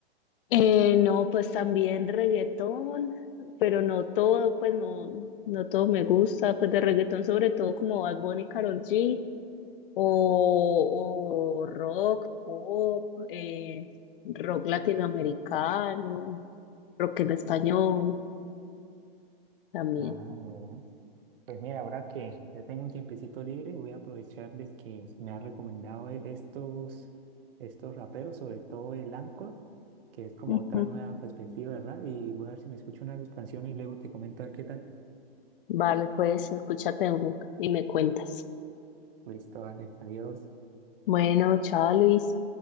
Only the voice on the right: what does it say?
Ah, mira. Pues mira, ahora que ya tengo un tiempecito libre, voy a aprovechar de que me han recomendado e- estos, estos raperos, sobre todo el Anchor, que es como
otra nueva perspectiva, ¿verdad? Y voy a ver si me escucho una de sus canciones y luego te comento a ver qué tal.
Listo, vale, adiós.